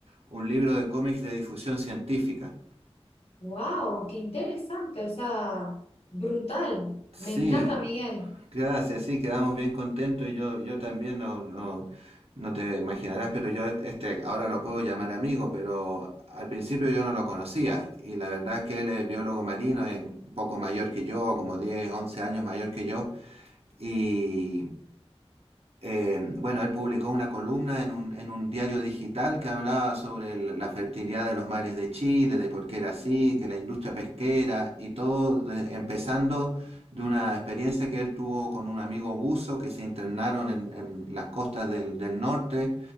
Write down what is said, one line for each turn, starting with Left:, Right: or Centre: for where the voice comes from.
Right: un libro de cómics de difusión científica.
Left: ¡Wow! ¡Qué interesante! O sea, brutal.
Right: Sí,
Left: Me encanta, Miguel.
Right: Gracias, sí, quedamos bien contentos y yo, yo también no, no, no te imaginarás, pero yo este este ahora lo puedo llamar amigo, pero al principio yo no lo conocía y la verdad es que él es biólogo marino, es un poco mayor que yo, como 10, 11 años mayor que yo y, eh, bueno, él publicó una columna en un, en un diario digital que hablaba sobre el- la fertilidad de los mares de Chile, de por qué era así, que la industria pesquera y todo, de- empezando de una experiencia que él tuvo con un amigo buzo que se internaron en, en las costas del, del norte